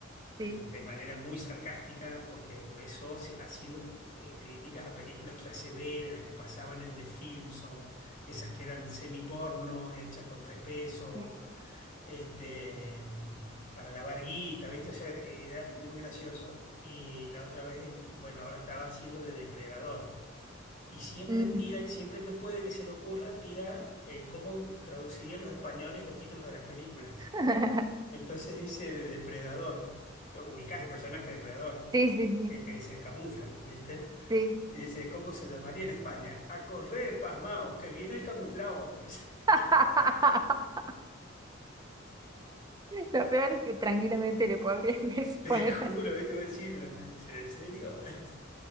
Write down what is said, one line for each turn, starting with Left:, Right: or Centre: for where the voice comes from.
Left: mm,
Right: Sí,
Left: de manera muy sarcástica, porque empezó si- haciendo eh, críticas a películas clase B, de las que pasaban en The Film Zone, esas que eran semiporno, hechas con tres pesos
Right: sí.
Left: este, mm, para lavar guita, ¿viste? O sea, era muy gracioso. Y la otra vez, em- bueno, ahora estaba haciendo de depredador. Y siempre
Right: Mm.
Left: tira, siempre que puede que se le ocurra, tira eh, cómo traducirían los españoles los títulos de las películas.
Right: <laughs>
Left: Entonces dice de depredador, ubicás el personaje depredador,
Right: Sí, sí, sí,
Left: que, que se camufla, ¿viste?
Right: sí.
Left: Y dice, ¿cómo se llamaría en España? A correr, pasmao, que viene el camuflao. <laughs>
Right: <laughs> Lo peor es que tranquilamente le podrían <laughs> poner
Left: Te juro,
Right: así.
Left: ¿viste? Voy a decir, ¿será ¿en serio? <laughs>